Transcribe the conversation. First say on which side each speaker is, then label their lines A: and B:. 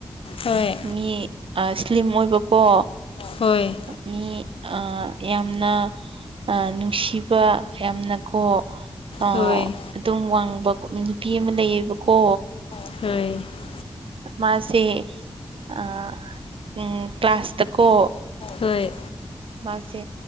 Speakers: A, on the left; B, on the right.
A: ꯍꯣꯏ
B: ꯃꯤ ꯁ꯭ꯂꯤꯝ ꯑꯣꯏꯕꯀꯣ
A: ꯍꯣꯏ
B: ꯃꯤ ꯑ ꯌꯥꯝꯅ ꯅꯨꯡꯁꯤꯕ ꯌꯥꯝꯅ ꯀꯣ ꯑ
A: ꯍꯣꯏ
B: ꯑꯗꯨꯝ ꯋꯥꯡꯕ ꯅꯨꯄꯤ ꯑꯃ ꯂꯩꯌꯦꯕꯀꯣ
A: ꯍ
B: ꯃꯥꯁꯤꯦ ꯑ ꯎꯝ ꯀ꯭ꯂꯥꯁꯇꯀꯣ
A: ꯍꯣꯏ
B: ꯃꯥꯁꯦ